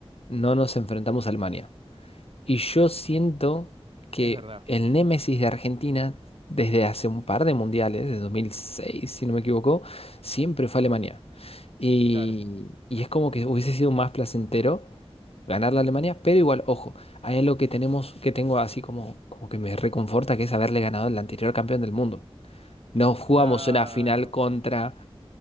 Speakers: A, on the left; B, on the right.
A: no nos enfrentamos a Alemania. Y yo siento que
B: Es verdad,
A: el némesis de Argentina, desde hace un par de mundiales, de 2006, si no me equivoco, siempre fue Alemania. Y,
B: claro,
A: y es como que hubiese sido más placentero ganar la Alemania, pero igual, ojo, hay algo que tenemos, que tengo así como, como que me reconforta, que es haberle ganado al anterior campeón del mundo. No jugamos
B: claro.
A: una final contra